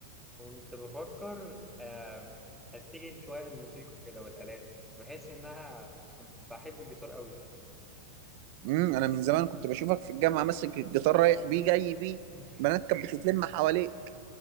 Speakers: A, in the centre; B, on the right.
A: كنت بفكر آه، أتجه شوية للموسيقى كده والآلات بحس إنها بحب الجيتار قوي
B: امم انا من زمان كنت بشوفك في الجامعة ماسك الجيتار رايح بيه جاي بيه
A: <laughs>
B: بنات كانت بتتلم حواليك